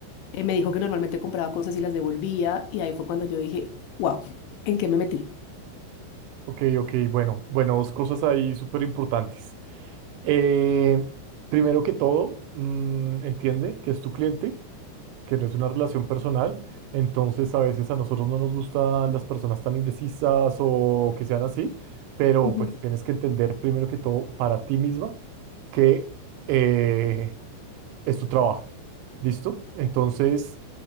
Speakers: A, on the left; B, on the right.
A: Eh, me dijo que normalmente compraba cosas y las devolvía y ahí fue cuando yo dije, wow, ¿en qué me metí?
B: ok, ok, bueno, bueno, dos cosas ahí súper importantes. Eh, primero que todo, mm, entiende que es tu cliente que no es una relación personal, entonces a veces a nosotros no nos gustan las personas tan indecisas o que sean así, pero
A: Ujú.
B: pues tienes que entender primero que todo para ti misma que eh, es tu trabajo, ¿listo? Entonces